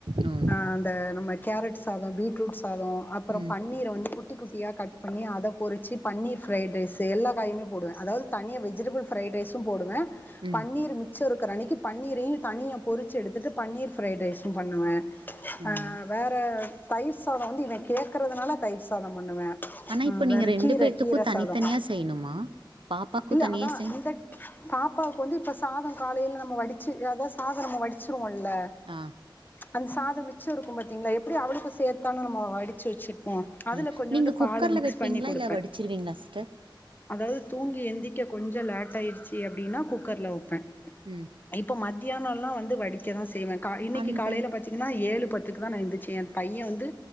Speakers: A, on the right (about 80°); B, on the left (about 20°).
A: ம்
B: ஆ அந்த நம்ம கேரட் சாதோ பீட்ரூட் சாதோ அப்புறோ
A: ம்
B: பன்னீர வந்து குட் குட்டி குட்டியா கட் பண்ணி அத பொரிச்சி பன்னீர் ஃப்ரைட் ரைஸ் எல்லா காயுமே போடுவே அதாவ்து தனியா வெஜிடேபிள் ஃப்ரைட் ரைஸு போடுவ
A: ம்
B: பன்னீர் மிச்ச இருக்குற அன்னைக்கு பன்னீரயு தனியா பொரிச்சு எடுத்துட்டு பன்னீர் ஃப்ரைட் ரைஸு பண்ணுவ அ
A: ம்
B: வேற தயிர் சாதோ வந்து இவ கேட்கறதுனால தயிர் சாதோ பண்ணுவே
A: ஆனா
B: ஆ
A: இப்ப நீங்க
B: வேற
A: ரெண்டு
B: கீர
A: பேத்துக்கு
B: கீர
A: தனித்தனியா
B: சாதோ
A: செய்யணுமா பாப்பாக்கு
B: இல்ல
A: தனியா
B: அதா
A: செய்
B: இந்தக் பாப்பாவுக்கு வந்து இப்ப சாதோ காலையில நம்ம வடிச்சு அதா சாதோ நம்ம வடிச்சிருவோல்ல
A: ஆம்
B: அந்த சாதோ மிச்சோ இருக்கும் பத்தீங்களா எப்டி அவளுக்கு சேத்தானு நம்ம வடிச்சி வச்சுட் ம் அதுல
A: ஆ
B: கொஞ்சோண்டு
A: நீங்க குக்கர்ல
B: பால மிக்ஸ்
A: வைப்பீங்களா
B: பண்ணி கொடுப்பே
A: இல்ல வடிச்சிருவீங்களா சிஸ்டர்
B: அதாவது தூங்கி எந்திக்க கொஞ்சோ லேட் ஆயிருச்சு அப்டின்னா குக்கர்ல வப்பே
A: ம்
B: இப்ப மத்தியானோல்லா வந்து வடிக்க தா செய்வ க இன்னிக்கு
A: அந்த
B: காலையில பாத் தீங்ன்னா ஏழு பத்துக்கு தா நா எந்திச்சே எ பைய வந்து